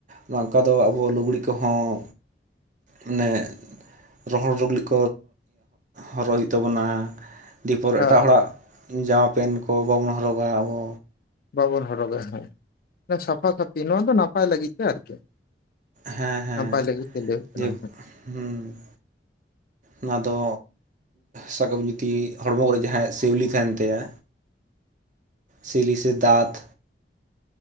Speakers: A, on the right (about 45°); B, on the left (about 55°).
A: ᱱᱚᱝᱠᱟ ᱫᱚ ᱟᱵᱚ ᱞᱩᱜᱽᱲᱤ ᱠᱚᱦᱚᱸ ᱟᱱᱮ ᱨᱚᱦᱚᱲ ᱞᱩᱜᱽᱲᱤ <inaudible> ᱦᱚᱨᱚᱜ ᱦᱩᱭᱩᱜ ᱛᱟᱵᱚᱱᱟ ᱫᱮᱯᱚᱨ
B: ᱦᱮᱸ
A: ᱮᱴᱟᱜ
B: ᱦᱮᱸ
A: ᱦᱚᱲᱟᱜ ᱡᱟᱢᱟ ᱯᱮᱱᱴ ᱠᱚ ᱵᱟᱵᱚᱱ ᱦᱚᱨᱚᱜᱟ ᱟᱵᱚ
B: ᱵᱟᱵᱚᱱ ᱦᱚᱨᱚᱜᱟ ᱦᱮᱸ ᱥᱟᱯᱷᱟ ᱥᱟᱹᱯᱷᱤ ᱱᱚᱣᱟ ᱫᱚ ᱱᱟᱯᱟᱭ ᱞᱟᱹᱜᱤᱫ ᱛᱮ ᱟᱨᱠᱤ
A: ᱦᱮᱸ ᱦᱮᱸ
B: ᱱᱟᱯᱟᱭ ᱞᱟᱹᱜᱤᱫ ᱛᱮ ᱞᱟᱭ ᱦᱩᱭᱩᱜ ᱠᱟᱱᱟ
A: ᱫᱤᱭᱮ ᱦᱮᱸ ᱚᱱᱟ ᱫᱚ ᱥᱟᱠᱟᱢ ᱡᱩᱫᱤ ᱦᱚᱲᱢᱚ ᱠᱚᱨᱮ ᱡᱟᱦᱟᱸᱭᱟᱜ ᱥᱤᱣᱞᱤ ᱛᱟᱦᱮᱱ ᱛᱟᱭᱟ ᱥᱤᱞᱤ ᱥᱮ ᱫᱟᱸᱛ